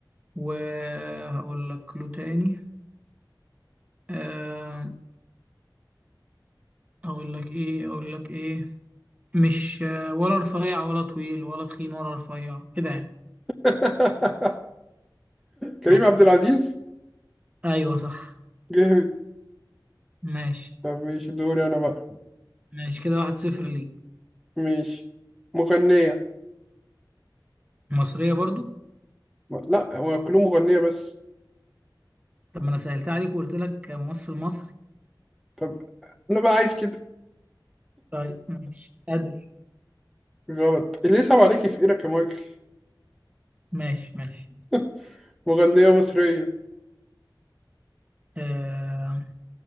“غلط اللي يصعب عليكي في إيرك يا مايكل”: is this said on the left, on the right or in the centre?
Centre